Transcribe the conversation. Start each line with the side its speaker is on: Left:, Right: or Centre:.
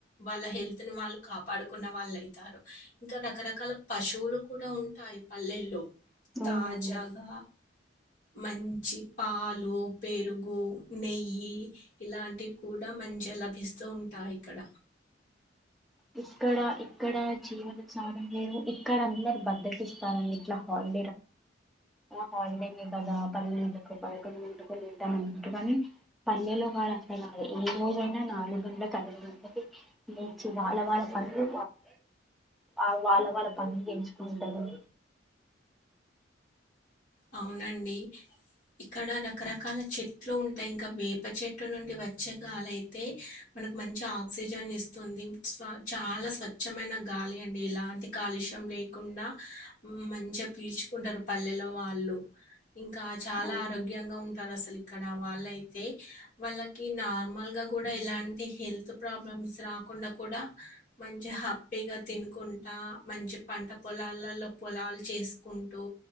Left: వాళ్ళ హెల్త్ వాళ్ళు కాపాడుకున్న వాళ్ళు అవుతారు ఇంకా రక్ రకరకాల పశువులు కూడా ఉంటాయి పల్లెల్లో
Centre: అవునండి
Left: తాజాగా మంచి పాలు పెరుగు నెయ్యి ఇలాంటివి కూడా మంచిగా లభిస్తూ ఉంటాయి ఇక్కడ.
Centre: ఉ ఇక్కడ ఇక్కడ జీవన సాగ లేరు ఇక్కడందరు బద్దకి ఇస్తారండి ఇట్లా హాల్ హాలిడే కదా పన్నెండి కో పదకొండింటికో లేద్దామని పల్లెలో కాళ అక్క కాదు ఏ రోజైనా నాలుగుళ్ల కదంతది. నుంచి వాళ్ళ వాళ్ళ పనులు ఆ వాళ్ళ వాళ్ళ పనులు పెంచుకుంటరు.
Left: అవునండి. ఇక్కడ రకరకాల చెట్లు ఉంటయ్ ఇంకా వేప చెట్టు నుండి వచ్చే గాలి అయితే మనకు మం మంచి ఆక్సిజన్ ఇస్తుంది స్ చాలా స్వచ్ఛమైన గాలి అండి ఇలాంటి కాలుష్యం లే కుండా మంచిగా పీల్చుకుంటారు పల్లెల్లో. వాళ్ళు ఇంకా చాలా
Centre: అవును
Left: ఆరోగ్యంగా ఉంటారు అసలు. ఇక్కడ వాళ్ళ అయితే వాళ్ళకి నార్మల్ గా కూడా ఇలాంటి హెల్త్ ప్రాబ్లమ్స్ రా కాకుండా కూడా మంచి హ్యాపీగా తినుకుంటా మంచి పంట పొలాలల్లో పొలా చేసుకుంటూ